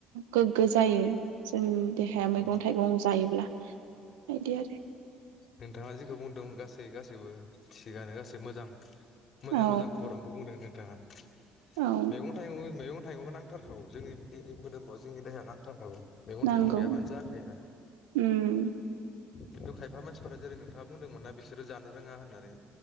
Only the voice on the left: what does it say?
औ
नोंथाङा जेखौ बुंदों गासै गासैबो। थिगानो गासै मोजां। मोजां
मोजां खौरांखौ बुंदोंनो। <inaudible>
मैगं थाइगं मैग थाइगंखौ नांथारगौ जोंनि जोंनि मोदोमाव जोंनि देहाया नांथारखागौ। मैगं
थाइगं गैयाबानो जाखाया।
खिन्थु खायफा मानसिफोरा जेरै नोंथाङा बुंदोंमोनना बिसोरो जानो रोङा होननानै